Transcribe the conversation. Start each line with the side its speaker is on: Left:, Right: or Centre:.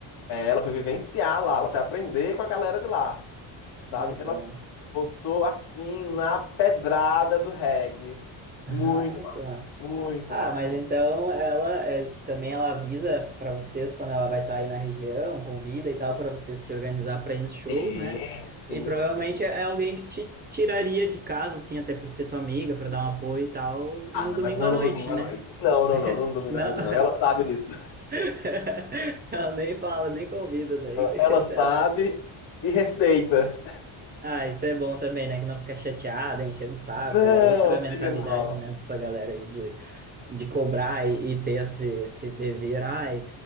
Left: é, Ela foi vivenciar lá, ela foi aprender com a galera de lá,
Right: Que
Left: sabe?
Right: legal.
Left: Então ela botou assim na pedrada do reggae.
Right: <laughs>
Left: Muito
Right: Ah,
Left: massa,
Right: que massa.
Left: muito
Right: Ah,
Left: massa.
Right: mas então ela é, também ela avisa para vocês quando ela vai estar aí na região, convida e tal, para vocês se organizar para ir nos shows,
Left: Sim,
Right: né?
Left: sim,
Right: E provavelmente
Left: sim, sim.
Right: é alguém que te tiraria de casa, assim, até por ser tua amiga, para dar um apoio e tal,
Left: Ah,
Right: no
Left: não,
Right: domingo
Left: mas não
Right: à
Left: no
Right: noite,
Left: domingo à
Right: né?
Left: noite. Não, não, não, não no domingo
Right: Não,
Left: à noite, não. Ela sabe disso.
Right: <laughs> ela nem fala, nem convida daí. que-
Left: Ela sabe e respeita.
Right: Ah, isso é bom também, né? Que não fica chateada, enchendo o saco.
Left: Não,
Right: É outra mentalidade,
Left: fica não.
Right: né, dessa galera aí de cobrar e, e ter esse, esse dever, ai,